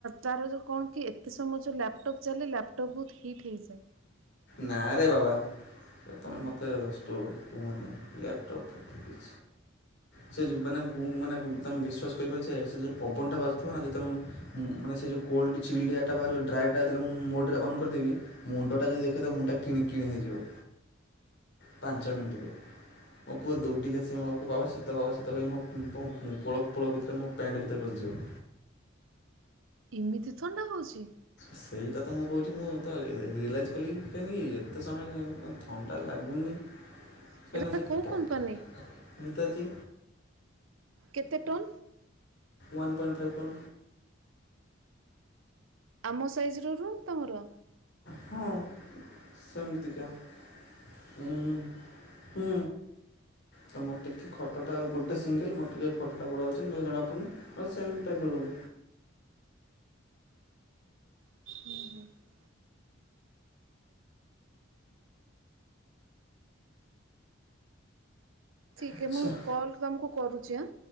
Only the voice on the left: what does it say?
ନାଁ ରେ ବାବା ତମେ ମୋତେ ଷ୍ଟୋଭ କୁହନି ଲ୍ୟାପଟପ୍ କିଛି। ସେ ମାନେ ମୁଁ ମାନେ ତମେ ବିଶ୍ୱାସ କରି ପାରୁଛ ସେ ଯୋଉ ପବନଟା ବାଜୁଥିବ ନା ତମେ ମାନେ ସେ ଯଉ କୋଲ୍ ଚିଲ୍ଡ ଏଟା ବାହାରିବ ଡ୍ରାଟା ହେେ ମୁଁ ମୋଡ଼ରେ ଅନ୍ କରିଦେବି। ମୁଣ୍ଡଟା ଯଦି ଦେଖଦବ ମୁଣ୍ଡା କି କିଣି ହେଇଯିବ। ପାଞ୍ଚ ମିନିଟି ରେ ମୋ ପୁଅ ଦୌଡ଼ିକି ଆସି ମୋ ବାବା ଶୀତ। ସିତ କଲା ସେତବେଳେ ମୋ କୋଳ ଫୋଳ ଭିତରେ ମୋ ପ୍ୟାଣ୍ଟ୍ ଭିତରେ ପଶିଯିବ।
ସେଇଟା ତ ମୁଁ କହୁଛି ମୁଁ ତ ରିଏଲାଇଜ୍ କଲିିକି କାହିଁକି ଏତେ ସମୟ କାଇଁ ଥଣ୍ଡା ଲାଗୁନି।
ପନ୍ ଅସି
ପପ୍
ନତା ଯେ
ୱାନ ପଏଣ୍ଟ ଫାଇଭ୍ କ।
ହଁ ସେମିତିକା ହୁଁ, ହୁଁ। ତ ମୋର ଟିକେ ଖଟା ଗୋଟେ ସିଙ୍ଗଲ ମୋରିକେ ଖଟା ବଡ଼ ଅଛି ନହେଲେ ଜଣାପଡ଼ନି। ହଁ ସେମ୍ ଟାଇପର ରୁମ୍
ଆଚ୍ଛା